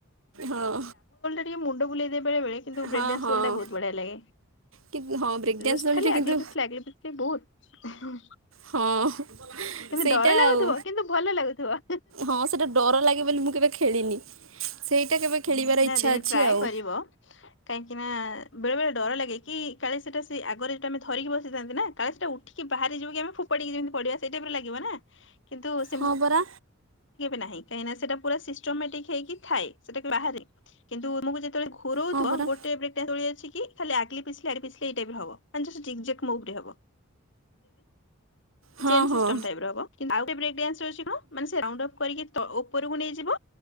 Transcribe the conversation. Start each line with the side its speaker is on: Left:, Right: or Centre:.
Right: ହଁ
Left: ମୁଣ୍ଡୁ ବୋଲିଇ ବବେଳେ କିନ୍ତୁ
Right: ହଁ
Left: ବ୍ରେଡ
Right: ହଁ
Left: ତଟ ବହୁ ବଢିଆ ଲାଗେ।
Right: କି ହଁ ବ୍ରେକ୍ ଡ୍ୟାନ୍ସ
Left: ଜଷ୍ଟ
Right: ଦୋଳିରେ
Left: ଖାଲି ଆଗଲେ
Right: କିନ୍ତୁ
Left: ପଛିଲ ଆଗଲି ପଛିଲ ବହୁତ ହଁ
Right: ହଁ
Left: ତମେ
Right: ସେଇଟା
Left: ଡର ଲାଗୁଥିବ
Right: ଆଉ
Left: କିନ୍ତୁ ଭଲ ଲାଗୁ। ଥିବ
Right: ହଁ ସେଟା ଡର ଲାଗେ ବୋଲି ମୁଁ କେବେ ଖେଳିନି ସେଇଟା କେବେ ଖେଳିବାର
Left: ହଁ ନା
Right: ଇଚ୍ଛା
Left: ଦିନେ
Right: ଅଛି
Left: ଟ୍ରଏ
Right: ଆଉ।
Left: କରିବ କାହିଁକି ନା? ବେଳେ ବଳେଡର ଲାଗେ କି କାଳେ ସେଟା ସେ ଆଗରେ ଯଉଟା ଆମେ ଧରି ବସିଥାନ୍ତି ନା କାଳେ ସେଟା ଉଠିକି ବାହାରି ଯିବ କି ଆମ ଫୋାିକି ଯେମିତି ପଡିବା ସେଇଟରେ ଲାଗିବ ନା କିନ୍ତୁ ସେମ
Right: ହଁ ପରା
Left: ନାହିଁ କାହିଁ ସେଟା ପୁରାିମଟିକ ହେଇକି ଏ ସେଟା ବାହାରେ କିନ୍ତୁ ହଉଥିବ
Right: ହଁ ପରା
Left: ଗୋଟେ ବ୍ରେକ୍ ଟା ଚଳି ଅଛି। କି ଖାଲି ଆକ୍ଲିପିିଲଡିିଲ ଏଇଟ ହବ ହବ ଜାଣିଚୁ ସେ ଜିକ୍ ଯାକ ମଗ୍ ରେ ହବ।
Right: ହଁ
Left: ଚେନ୍ ସିଷ୍ଟମ
Right: ହଁ
Left: ଟାଇପ ର ହବ। କିନ୍ତୁ ଆଉ ଗୋଟେ ବ୍ରକେ ଡାନ୍ସ <unintelligible> ମାନେ ସେ ରାଉଣ୍ଡ ଅଫ୍ କରିକି ତ ଓ ଉପରକୁ ନେଇଯିବ